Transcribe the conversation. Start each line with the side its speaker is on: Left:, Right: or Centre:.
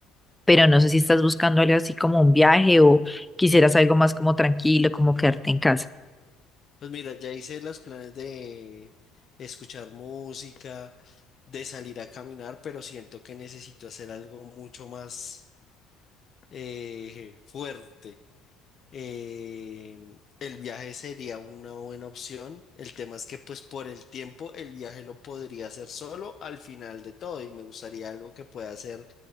Centre: Pero no sé si estás buscando algo así como un viaje o quisieras algo más como tranquilo, como quedarte en casa.
Left: Pues mira, ya hice los planes de escuchar música, de salir a caminar, pero siento que necesito hacer algo mucho más eh, fuerte. Eh, el viaje sería una buena opción. El tema es que pues por el tiempo el viaje lo podría hacer solo al final de todo y me gustaría algo que pueda hacer,